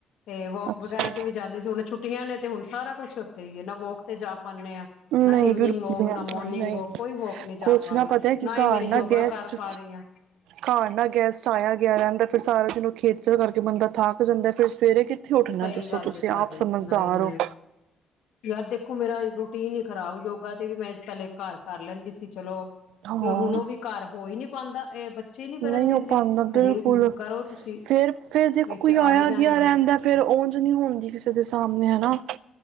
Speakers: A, on the left; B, on the right.
A: ਤੇ ਵੋਕ
B: ਅੱਛਾ
A: ਵਗੈਰਾ ਤੇ ਵੀ ਜਾਂਦੇ ਸੀ ਹੁਣ ਛੁੱਟੀਆਂ ਨੇ ਤੇ ਹੁਣ ਸਾਰਾ ਕੁੱਛ ਉੱਥੇ ਹੀ ਨਾ ਵੋਕ ਤੇ ਜਾ ਪਾਉਣੇ ਹਾਂ
B: ਨਹੀਂ
A: ਨਾ ਈਵਨਿੰਗ
B: ਬਿਲਕੁਲ
A: ਵੋਕ
B: ਨਹੀਂ
A: ਮੋਰਨਿੰਗ
B: ਨਹੀਂ
A: ਵੋਕ ਕੋਈ ਵੋਕ ਨਹੀਂ ਜਾ
B: ਕੁਛ
A: ਪਾ
B: ਨਾ
A: ਰਹੇ
B: ਪਤਾ ਕਿ
A: ਹੀ
B: ਘਰ
A: ਮੇਰੇ
B: ਨਾ
A: ਯੋਗਾ
B: ਗੈਸਟ
A: ਕਰ ਪਾ ਰਹੀ ਹਾਂ
B: ਘਰ ਨਾ ਗੈਸਟ ਆਇਆ ਗਿਆ ਰਹਿੰਦਾ ਫਿਰ ਸਾਰਾ ਸਾਰਾ ਦਿਨ ਉਹ ਖੇਤਚਲ ਕਰਕੇ ਬੰਦਾ ਥੱਕ ਜਾਂਦਾ ਫਿਰ ਸਵੇਰੇ ਕਿੱਥੇ ਉੱਠਣਾ
A: ਸਹੀ
B: ਦੱਸੋ
A: ਗੱਲ
B: ਤੁਸੀਂ
A: ਜੇ ਤੁਹਾਡੀ
B: ਆਪ ਸਮਝਦਾਰ
A: ਨਹੀਂ ਨਹੀਂ
B: ਹੋ?
A: ਯਾਰ ਦੇਖੋ ਮੇਰਾ ਰੂਟੀਨ ਹੀ ਖ਼ਰਾਬ ਯੋਗਾ ਤੇ ਵੀ ਮੈਂ ਪਹਿਲੇ ਘਰ ਕਰ ਲੈਂਦੀ ਸੀ ਚਲੋ।
B: ਹਾਂ
A: ਤੇ ਹੁਣ ਉਹ ਵੀ ਘਰ ਹੋਈ ਨੀ। ਪਾਉਂਦਾ ਇਹ ਬੱਚੇ। ਹੀ ਕਰਨ
B: ਨਹੀਂ
A: ਦਿੰਦੇ
B: ਉਹ ਪਾਉਂਦਾ
A: ਕਦੀ
B: ਬਿਲਕੁਲ
A: ਕਰੋ ਤੁਸੀਂ
B: ਫੇਰ ਫੇਰ ਦੇਖੋ
A: ਵਿੱਚ
B: ਕੋਈ
A: ਆਈ
B: ਆਇਆ
A: ਜਾਣਗੇ
B: ਗਿਆ ਰਹਿੰਦਾ ਫੇਰ ਉਝ ਨਹੀਂ ਹੁੰਦੀ ਕਿਸੇ ਦੇ ਸਾਹਮਣੇ ਹਨਾ।